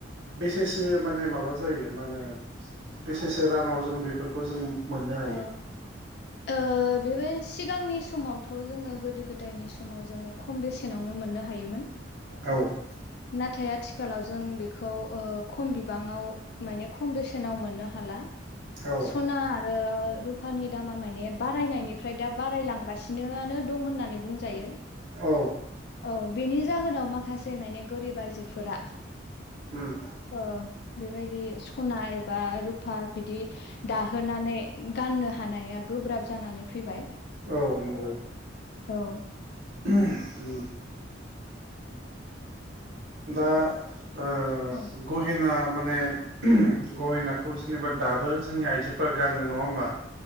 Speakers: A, on the right (about 70°); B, on the left (about 60°).
A: बेसेसो माने माबा जायो मा होनो बेसेसो राङाव जों बेफोरखौ जों मोननो हायो
B: अ आ बेबाय सिगांनि समावथ' जोङो गोदो गोदायनि समाव जोङो खम बेसेनावनो मोननो हायो हायोमोन
A: औ
B: नाथाय आथिखालाव जों बेखौ ओ- खम बिबाङाव माने खम बेसेनाव मोननो हाला
A: औ
B: सनार रुफानि दामा माने बारायनायनिफ्राय दा बारायलांगासिनोनो दं होननानै बुंजायो
A: औ
B: औ बेनि जाहोनाव माखासे माने गोरिब आयजोफोरा
A: उम
B: औ बेबायदि सना एबा रुफा बिदि दाहोनानै गाननो हानाया गोब्राब जानानै फैबाय
A: औ नंगौ
B: औ
A: उम
B: <inaudible>
A: दा ओ
B: औ
A: गहेना माने गहेनाखौ जेनेबा दाबो जोंनि आइजोफोरा गानो नङा होमबा